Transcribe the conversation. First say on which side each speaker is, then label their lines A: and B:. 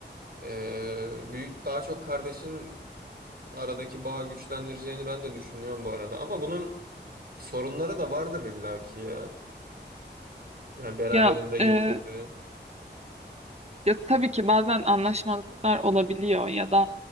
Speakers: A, on the right; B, on the right.
A: Ee, büyük, daha çok kardeşin aradaki bağı güçlendireceğini ben de düşünüyorum bu arada ama bunun sorunları da vardır illaki ya. Yani beraberinde
B: Ya e,
A: getirdi.
B: Ya tabii ki bazen anlaşmazlıklar olabiliyor ya da